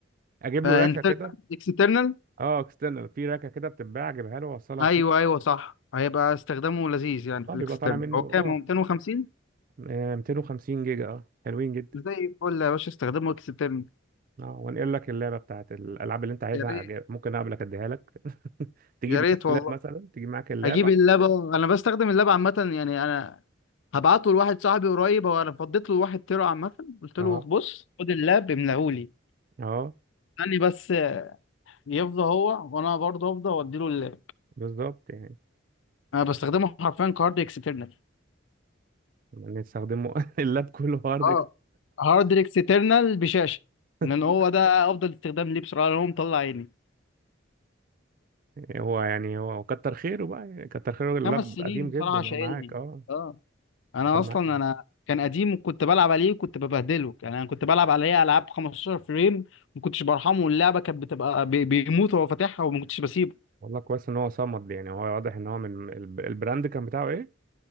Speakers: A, on the right; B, on the left.
A: اجيب
B: فانترنال
A: له راكه كده
B: اكسترنال
A: اه اكسترنال في راكه كده بتتباع اجيبها له واوصلها
B: ايوه
A: فيه
B: ايوه صح هيبقى استخدامه لذيذ يعني
A: اه
B: في
A: بيبقى
B: الاكسترنال
A: طالع منه
B: هو كام
A: اه
B: هو 250
A: آه، 250 جيجا اه حلوين جدا
B: زي الفل يا باشا استخدمه اكسترنال
A: اه وانقل لك اللعبه بتاعت الالعاب اللي انت عايزها
B: يا ريت
A: أجي- ممكن اقابلك اديها لك <laughs> تجيب
B: يا
A: معاك
B: ريت والله
A: اللاب مثلا تجيب معاك اللاب
B: اجيب اللبه انا بستخدم اللبه عامه يعني انا هبعته لواحد صاحبي قريب هو انا فضيت له واحد تيرا عامه قلت
A: اه
B: له بص خد اللاب املاهولي
A: اه
B: استني بس يفضى هو وانا برضه افضى وادي له اللاب
A: بالظبط يعني
B: انا بستخدمه حرفيا كهارد اكسترنال
A: نستخدمه <laughs> اللاب كله هارد
B: اه هارد اكسترنال بشاشه لان
A: اكسترنال
B: هو ده افضل استخدام ليه بصراحه لأن هو مطلع عيني
A: هو يعني هو كتر خيره بقى يعني كتر خيره اللاب
B: خمس سنين
A: قديم جدا
B: بصراحه شايلني
A: هو معاك اه
B: اه انا
A: قعد
B: اصلا
A: معاك
B: انا كان قديم وكنت بلعب عليه وكنت ببهدله يعني انا كنت بلعب عليه العاب 15 فريم ما كنتش برحمه واللعبه كانت بتبقى بي- بيموت وهو فاتحها وما كنتش بسيبه
A: والله كويس ان هو صمد يعني هو واضح ان هو من الب- البراند كان بتاعه ايه